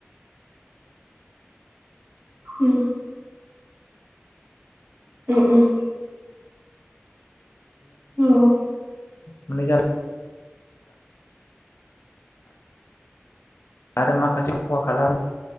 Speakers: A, on the right (about 50°); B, on the left (about 70°).
A: उम उम उम नंगौ।
B: माने जार आरो माखासे खहा खालामो